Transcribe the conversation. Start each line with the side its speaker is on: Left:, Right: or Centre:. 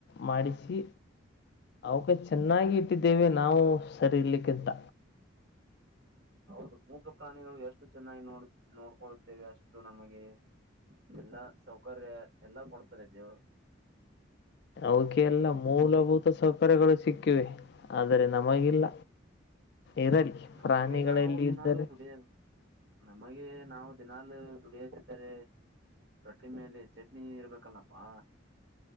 Left: ಮಾಡಿಸಿ ಅವಕ ಚೆನ್ನಾಗಿ ಇಟ್ಟಿದ್ದೇವೆ ನಾವು ಸರಿ ಇರ್ಲಿಕ್ಕಂತ
Right: ಹೌದು ಮೂಗ ಪ್ರಾಣಿಗಳು ಎಷ್ಟು ಚೆನ್ನಾಗಿ ನೋಡ್ ನೋಡ್ಕೊಳ್ಳುತ್ತೇವೆ ಅಷ್ಟು ನಮಗೆ ಎಲ್ಲಾ ಸೌಕರ್ಯ ಎಲ್ಲಾ ಕೊಡ್ತಾರೆ ಇದೆವು
Left: ಅವಕೆಲ್ಲ ಮೂಲಭೂತ ಸೌಕರ್ಯಗಳು ಸಿಕ್ಕಿವೆ ಆದರೆ ನಮಗಿಲ್ಲ ಇರಲಿ
Right: ನಮಗೆ
Left: ಪ್ರಾಣಿಗಳಲ್ಲಿ
Right: ನಾವು ದಿನಲು
Left: ಇದ್ದರೆ
Right: ದುಡಿಯ ನಮಗೆ ನಾವು ದಿನಲ್ ದುಡಿಯಾಗಾರೆ ರೊಟ್ಟಿ ಮೇಲೆ ಚಟ್ನಿ ಇರ್ಬೇಕಲ್ಲಪ್ಪಾ